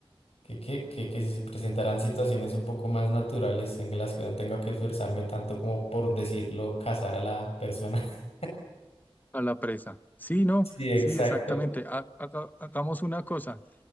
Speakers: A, on the left; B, on the left.
A: que, que, que, que se presentarán situaciones un poco más naturales en las que no tenga que esforzarme tanto como por decirlo, cazar a la persona. <laughs>
B: A la presa. Sí, no,
A: Sí, exacto.
B: sí, exactamente. Ha- haga- hagamos una cosa.